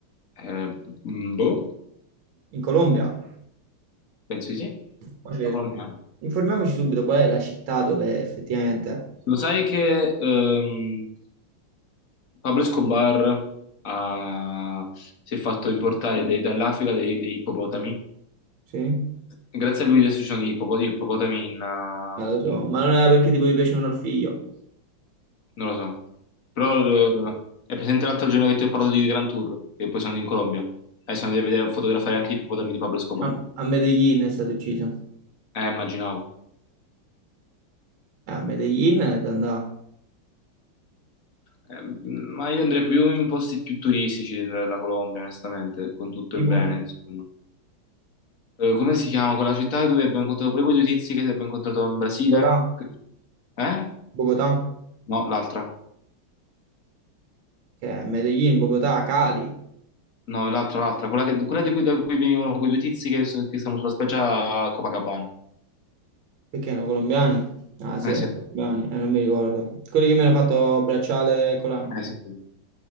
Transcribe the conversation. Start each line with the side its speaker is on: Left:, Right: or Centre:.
Left: eh, mm, boh,
Right: In Colombia?
Left: penso di sì.
Right: Mo cerco.
Left: La Colombia.
Right: Informiamoci subito qual è la città dove effettivamente...
Left: Lo sai che ehm, Pablo Escobar ha- si è fatto importare dei- dall'Africa dei, dei ippopotami?
Right: Sì?
Left: Grazie a lui adesso ci sono gli ippopo- gli ippopotami in, eh,
Right: Eh, lo so,
Left: in
Right: ma non era perché tipo gli piacevano il figlio.
Left: non lo so. Però eh, è presente l'altro giorno che ti ho parlato di Gran Tour, che poi sono andato in Colombia. E sono andato a vedere, a fotografare anche i ippopotami di Pablo Escobar.
Right: A, a Medellin è stato ucciso.
Left: Eh, immaginavo.
Right: Eh, A Medellin è da andare.
Left: Eh, ma io andrei più in posti più turistici della della Colombia, onestamente, con tutto
Right: Tipo?
Left: il bene, insomma. Eh, come si chiama quella città dove abbiamo incontrato poi quei due tizi che abbiamo incontrato in Brasile?
Right: Bogotà.
Left: Eh?
Right: Bogotà.
Left: No, l'altra.
Right: Che è Medellin, Bogotà, Cali.
Left: No, l'altra, l'altra. Quella, che- quella di cui, da cui venivano quei due tizi che, so- che sono sulla spiaggia a Copacabana.
Right: Perché erano colombiani? Ah sì,
Left: Eh
Right: erano
Left: sì, eh,
Right: colombiani, eh, non mi ricordo. Quelli che mi hanno fatto bracciale e collana.
Left: sì,